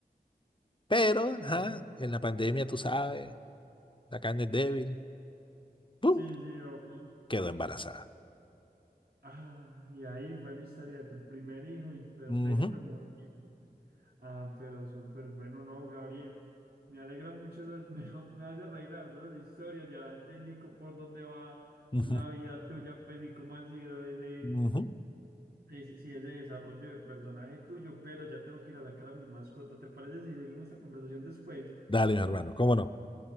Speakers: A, on the left; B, on the right.
A: Pero, ajá,
B: Ah,
A: en la pandemia, tú sabes, la carne es débil, ¡pum!
B: sí, sí, obvio.
A: Quedó embarazada.
B: Ah, y ahí fue la historia de tu primer hijo y perfecto,
A: Ujú,
B: muy bien. Ah, pero súper bueno, no, Gabriel. Me alegra mucho, esas- <laughs> me, me hace reír las dos historias. Ya entendí co- por dónde va
A: ujú,
B: la vida tuya, pues, y cómo ha sido ese,
A: ujú.
B: ese, sí, ese desarrollo de personaje tuyo. Pero ya tengo que ir a sacar a mi mascota. ¿Te parece si seguimos la conversación después?
A: Dale, mi hermano, cómo no.